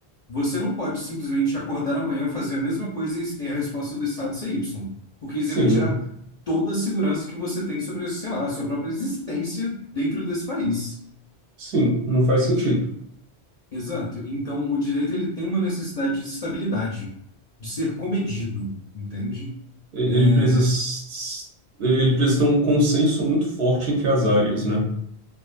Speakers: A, on the left; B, on the right.
A: você não pode simplesmente acordar amanhã, fazer a mesma coisa e a resposta do Estado ser Y, porque isso
B: Sim,
A: aí vai tirar
B: não,
A: toda a segurança que você tem sobre, sei lá, a sua própria existência dentro desse país.
B: sim, não faz sentido.
A: Exato. Então, o direito ele tem uma necessidade de estabilidade, de ser comedido, entende?
B: E-
A: É,
B: Ele precisa, s- ele ele precisa ter um consenso muito forte entre as áreas, né?